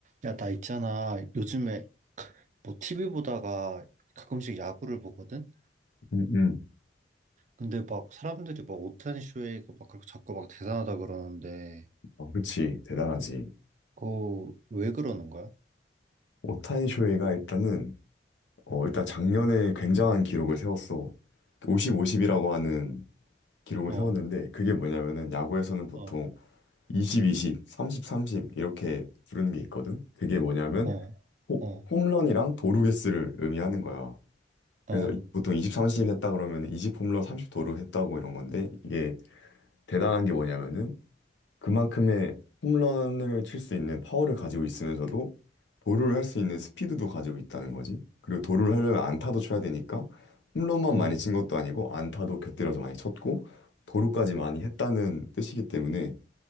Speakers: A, on the right (about 40°); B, on the left (about 75°).
A: 야, 나 있잖아. 요즘에 뭐 TV 보다가 가끔씩 야구를 보거든?
B: 음, 음.
A: 근데 막 사람들이 막 오타니 쇼헤이가 막 그렇게 자꾸 막 대단하다 그러는데,
B: 아, 그치. 대단하지.
A: 그거 왜 그러는 거야?
B: 오타니 쇼헤이가 일단은, 어, 일단 작년에 굉장한 기록을 세웠어. 50, 50이라고 하는 기록을
A: 어,
B: 세웠는데, 그게 뭐냐면은, 야구에서는 보통
A: 어,
B: 20, 20, 30, 30 이렇게 부르는 게 있거든? 그게 뭐냐면,
A: 어,
B: 호-
A: 어,
B: 홈런이랑 도루 개수를 의미하는 거야.
A: 어,
B: 그래서 보통 20, 30 했다 그러면 20 홈런, 30 도루 했다고 이런 건데, 이게 대단한 게 뭐냐면은, 그만큼의 홈런을 칠 수 있는 파워를 가지고 있으면서도 도루를 할 수 있는 스피드도 가지고 있다는 거지. 그리고 도루를 하려면 안타도 쳐야 되니까 홈런만
A: 어,
B: 많이 친 것도 아니고 안타도 곁들여서 많이 쳤고 도루까지 많이 했다는 뜻이기 때문에